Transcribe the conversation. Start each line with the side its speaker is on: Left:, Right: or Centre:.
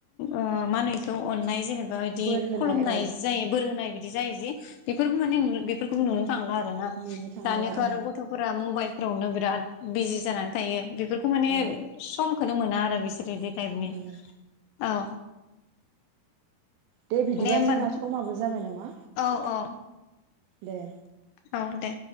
Left: ओ मा होनो इखौ अननाय जेने बा बिदि
Right: बोर होनाय
Left: खुलुमनाय
Right: औ
Left: जायो बोर होनाय बिदि जायो जि बेफोरबो माने बेफोरखौबो नुनो थांला आरो।
Right: नेनो थांलिया
Left: दानियाथ'
Right: औ
Left: आरो गथ'फोरा मबाइल फोरावनो बिराद बिजि जानानै थायो। बेफोरखौ माने
Right: औ
Left: समखौनो मोना आरो। <unintelligible> ताइपनि
Right: मोनो
Left: औ
Right: दे बिदिबा
Left: होमबा
Right: जोंना
Left: नोंथां
Right: समाबो जाबाय नामा
Left: औ औ
Right: दे
Left: औ दे